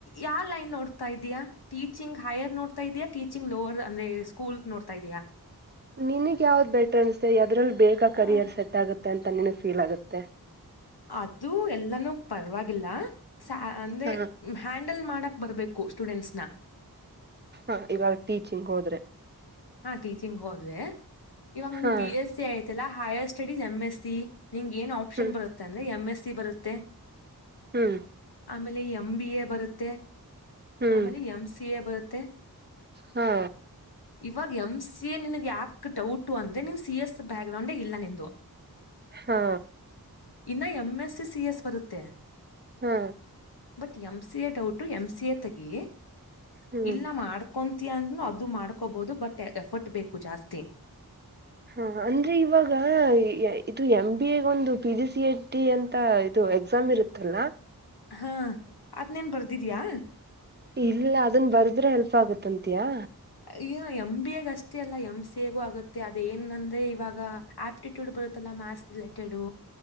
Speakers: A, on the left; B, on the right.
A: ಯಾವ ಲೈನ್ ನೋಡ್ತಾ ಇದೀಯಾ ಟೀಚಿಂಗ್ ಹೈರ್ ನೋಡ್ತಾ ಇದೀಾ ಟೀಚಿಂಗ್ ಲೋವರ್ ಅಂದ್ರೆ ಸ್ಕೂಲ್ ನೋಡ್ತಾ ಇದಯಾ
B: ನಿನಗ್ ಯಾವ್ದ್ ಬೆಟರ್ ಅನ್ಸ್ೆ ಅದ್ರಲ್ಲಿ ಬೇಗ ಕರಿಯರ್
A: ಆ,
B: ಸೆಟ್ ಆಗುತ್ತೆ ಅಂತ ನಿನಗ್ ಫೀಲ್ ಆಗುತ್ತೆ
A: ಅದು ಎಲ್ಲಾನೂ ಪರ್ವಾಗಿಲ್ಲ ಸಾ ಅಂದ್ರೆ.
B: ಹಾ
A: ಹ್ಯಾಂಡಲ್ ಮಾಡಕ್ ಬರ್ಬೇಕು ಸ್ಟೂಡೆಂಟ್ಸ್ನ.
B: ಹಾ ಇವಾಗ್ ಟೀಚಿಂಗ್ ಹೊದ್ರೆ.
A: ಹಾ ಟೀಚಿಂಗ್ ಹೋದ್ರೆ ಇವಾಗ್ ನಂದ್
B: ಹಾ
A: ಬಿ ಎಸ್ ಸಿ ಆಯ್ತ್. Higher studies M S C ನಿಂಗ್ ಏನ್ ಆಪ್ಷನ್
B: ಹ್ಮ್
A: ಬರುತ್ ಅಂದ್ರೆ ಎಮ್ ಎಸ್ ಸಿ ಬರುತ್ತೆ.
B: ಹ್ಮ್.
A: ಆಮೇಲೆ ಎಮ್ ಬಿ ಎ ಬರುತ್ತೆ
B: ಹ್ಮ್
A: ಆಮೇಲೆ ಎಂ ಸಿ ಎ ಬರುತ್ತೆ.
B: ಹಾ.
A: ಇವಾಗ್ ಎಮ್ ಸಿ ಎ ನಿನಗ್ ಯಾಕೆ ಡೌಟು ಅಂದ್ರೆ ನೀನ್ ಸಿ ಎಸ್ ಬ್ಯಾಕ್ಗ್ರೌಂಡಗ್ ಇಲ್ಲ ನಿಂದು.
B: ಹಾ.
A: ಇನ್ನು ಎಮ್ ಎಸ್ ಸಿ ಎಸ್ ಬರುತ್ತೆ.
B: ಹಾ.
A: But M C A doubt M C A ತಗಿ
B: ಹ್ಮ್
A: ಇಲ್ಲ ಮಾಡ್ಕೊನ್. ತಿಯ ಅದು ಮಾಡ್ಕೋಬವ್ದು ಬಟ್ ಎಫರ್ಟ್ ಬೇಕು ಜಾಸ್ತಿ.
B: ಹಾ ಅಂದ್ರೆ ಇವಾಗ ಇದು ಎಮ್ ಬಿ ಎಗ್ ಒಂದು P G C E T ಅಂತ ಇದು ಎಕ್ಸಾಮ್ ಇರುತ್. ತೆಲ್ಲ.
A: ಹಾ ಅದ್ ನಿನ್ ಬರ್ದಿದಿಯಾ.
B: ಇಲ್ಲ ಅದುನ್ ಬರ್ದ್ರೆ ಹೆಲ್ಪ್ಗು ತ್ತಂತಿಯಾ.
A: ಅಯ್ಯ್ ಎಂ ಬಿ ಎಗ್ ಅಷ್ಟೇ ಅಲ್ಲ ಎಮ್ ಸಿ ಎಗು ಆಗುತ್ತೆ ಅದ್ ಏನ್ ಅಂದ್ರೆ ಇವಾಗ ಆಪ್ಟಿಟ್ಯೂಡ್ ಬರುತ್ತಲ್ಲ ಮ್ಯಾಸ್. ರಿಲೇಟೆದು.